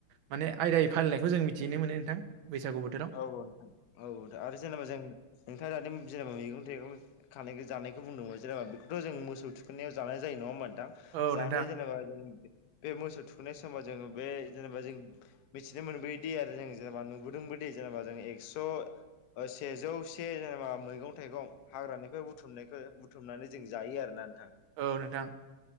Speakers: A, on the right; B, on the left.
A: माने आयदायै फालिनायखौ जों मिथिनो मोनो नोंथां बैसागु बोथोराव
B: औ औ नोंथां औ औ आरो जेनेबा जों नोंथाङा दानि जेनेबा मैगं थाइगं खानायखौ जानायखौ बुंदोंमोन जेनेबा बेखौथ' जों मोसौ थुखोननाय जानाय जायो नङा होम थां
A: औ
B: जाहाथे
A: नोंथां
B: जेनेबा जों बे मोसौ थुखैनाय समाव जोङो बे जेनेबा जों मिथिनो मोनबोयोदि आरो जों जेनेबा नुबोदों बोदि दे जेनेबा जों एक्स' सेजौ से जेनेबा मैगं थाइगं हाग्रानिफ्राय बुथुमनायखौ बुथुमनानै जों जायो आरोना नोंथां
A: औ नोंथां